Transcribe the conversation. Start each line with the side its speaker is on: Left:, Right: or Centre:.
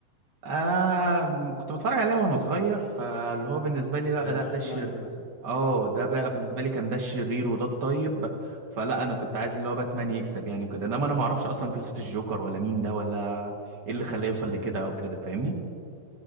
Right: آه م- كنت بتفرج عليها وانا صغير فاللي هو بالنسبه لي لا
Left: زي
Right: لا
Left: دارك
Right: ده الشر
Left: نايت مثلا
Right: اه ده بقى بالنسبه لي كان ده الشرير وده الطيب فلا انا كنت عايز اللي هو باتمان يكسب يعني كده انما انا ما اعرفش اصلا قصه الجوكر ولا مين ده ولا ايه اللي خلاه يوصل
Left: مم.
Right: لكده او كده فاهمني